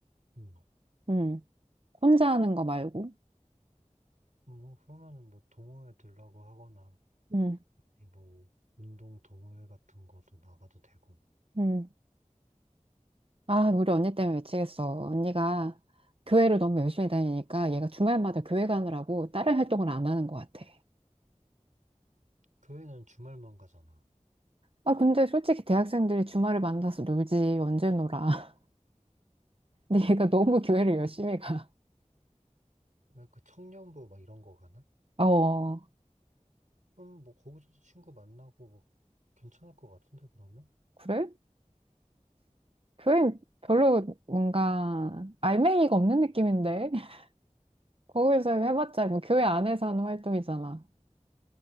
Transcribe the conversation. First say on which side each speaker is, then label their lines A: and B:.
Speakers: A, on the right; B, on the right.
A: 음.
B: 음, 혼자 하는 거 말고.
A: 음, 뭐, 그러면은 뭐 동호회 들라고 하거나,
B: 음.
A: 이 뭐, 운동 동호회 같은 것도 나가도 되고.
B: 음. 아, 우리 언니 때문에 미치겠어. 언니가 교회를 너무 열심히 다니니까 얘가 주말마다 교회 가느라고 다른 활동을 안 하는 것 같아.
A: 교회는 주말만 가잖아.
B: 아, 근데 솔직히 대학생들이 주말에 만나서 놀지. 언제 놀아. 근데 얘가 너무 교회를 열심히 가.
A: 왜 그 청년부 막 이런 거 가나?
B: 어,
A: 음, 뭐, 거기서도 친구 만나고 뭐, 괜찮을 것 같은데, 그러면?
B: 그래? 교회 별로 뭔가 알맹이가 없는 느낌인데? <laughs> 거기서 해봤자 뭐 교회 안에서 하는 활동이잖아.